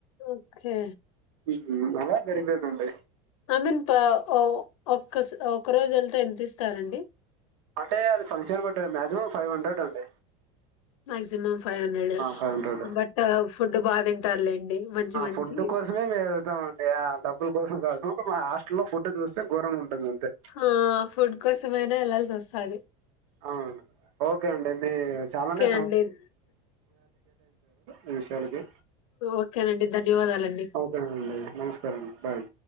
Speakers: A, on the left; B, on the right.
A: ఓకే
B: హ్మ్ అలా జరిపోయిందండి.
A: ఐ మీన్ పా ఒక ఒక్కరోజు వెళ్తే ఎంత ఇస్తారండి
B: అంటే అది ఫంక్షన్ బట్టి మాజిమం ఫైవ్ హండ్రెడ్ అండి.
A: Maximum five hundred
B: five hundred
A: but food బా దింటారులే డి మంచి మంచి
B: ఫుడ్ కోసమే మేము వెళ్తామండి ఆ, డబ్బుల కోసం కాదు మా హాస్టల్లో ఫుడ్ చూస్తే ఘోరంగా ఉంటుంది అంతే
A: ఆ ఫుడ్ కోసమైనా ఎళ్లాల్సి వొస్తాది
B: అవును ఓకే అండి మీ చానానే
A: తండిర్
B: ఈ విషయాలకి
A: ఓకేనండి ధన్యవాదాలండి
B: అవకా <unintelligible> నమస్కారండి బాయ్